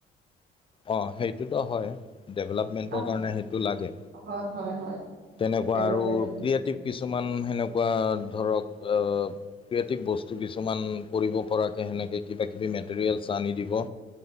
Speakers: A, on the left; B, on the right.
A: অ', সেইটোতো হয় ডেভেলপমেণ্টৰ
B: আহ,
A: কাৰণে সেইটো লাগে।
B: হয় হয় হয়
A: তেনেকুৱা
B: ডেভলপমেন্টত
A: আৰু ক্ৰিয়েটিভ কিছুমান সেনেকুৱা ধৰক ক্ৰিয়েটিভ বস্তু কিছুমান কৰিব পৰাকৈ সেনেকৈ কিবা কিবি মেটেৰিয়েলছ আনি দিব।